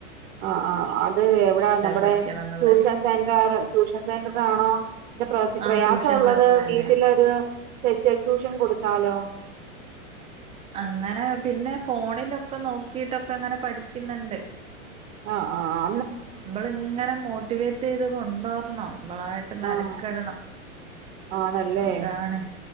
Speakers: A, on the right (about 55°); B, on the right (about 15°).
A: ആ ആ അത് എവ്ടാ നമ്മുടെ
B: പഠിക്കണംന്നുള്ളേ
A: ട്യൂഷൻ സെന്റർ ട്യൂഷൻ സെന്റർ ആണോ? കൊർച്
B: ആഹ്
A: പ്രയാസം
B: ട്യൂഷൻ
A: ഒ ള്ളത്
B: സെന്റർ തന്നെയാ
A: വീട്ടിലൊരു സ്പെഷ്യൽ ട്യൂഷൻ കൊടു ത്താലോ?
B: അങ്ങനെ പിന്നെ ഫോണിലൊക്കെ നോ നോക്കീട്ടൊക്കെ അങ്ങനെ പഠിക്ക് ന്ന്ണ്ട്.
A: ആ ആ ആ.
B: നമ്മളിങ്ങനെ മോട്ടിവേറ്റ് ചെയ്ത് കൊണ്ടുവരണം നമ്മളായിട്ട് മെനക്കെടണം
A: ആഹ് ആണല്ലേ
B: അതാണ്